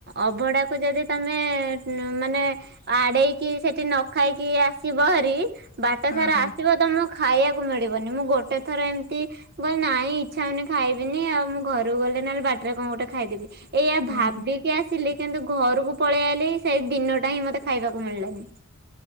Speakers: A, on the right; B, on the left.
A: ଅଭଡାକୁ ଯଦି ତମେ ଉଁ ମାନେ ଆଡେଇକି ସେଠି ନ ଖାଇକି ଆସିବ ହାରି ବାଟ
B: ହଁ।
A: ସାରା ଆସିବ ତମ ଖାଇଆକୁ ମିଳିବନି ମୁଁ ଗୋଟେ ଥର ଏମତି ମୁଁ କହିଲି ନାଇଁ ଇଚ୍ଛା ହଉନି ଖାଇବିନି ଆଉ ମୁଁ ଘରକୁ ଗଲେ ନହେଲେ ବାଟରେ କଁ ଗୋଟେ ଖାଇଦେବି। ଏଇଆ
B: ହୁଁ
A: ଭାବିକି
B: ହୁଁ
A: ଆସିଲି କିନ୍ତୁ ଘରକୁ ପଳେଇ ଆଇଲି ସେଇ ଦିନଟା ହିଁ ମତେ ଖାଇବାକୁ ମିଳିଲାନି।